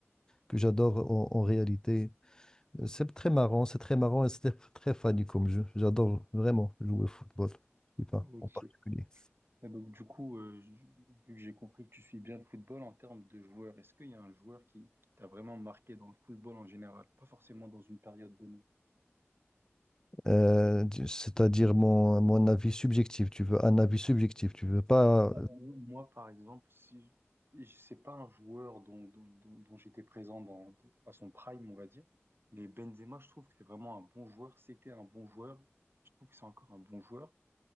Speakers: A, on the left; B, on the right.
A: que j'adore en, en réalité. C'est très marrant, c'est très marrant et <laughs> c'est très funny comme jeu. J'adore vraiment jouer au football, je sais pas,
B: Ok.
A: en particulier.
B: Et donc, du coup, euh, je- vu que j'ai compris que tu suis bien le football en termes de joueurs, est-ce qu'il y a un joueur qui, qui t'a vraiment marqué dans le football en général? Pas forcément dans une période donnée.
A: Euh, tu- c'est-à-dire mon, mon avis subjectif, tu veux un avis subjectif, tu veux pas.
B: Bah,
A: euh,
B: mo- moi, par exemple, si c'est pas un joueur dont, dont, dont- dont j'étais présent dans, dans- à son prime, on va dire, mais Benzema, je trouve que c'est vraiment un bon joueur. C'était un bon joueur. Je trouve que c'est encore un bon joueur,